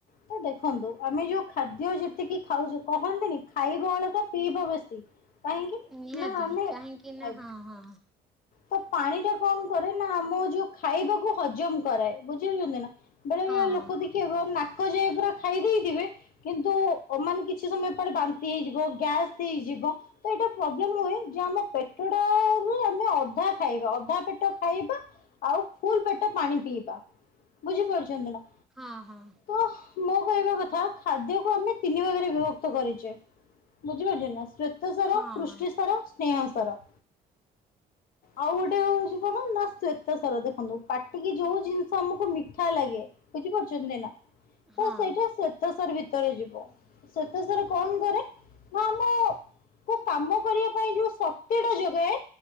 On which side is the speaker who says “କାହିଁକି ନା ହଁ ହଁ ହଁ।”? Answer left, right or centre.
Centre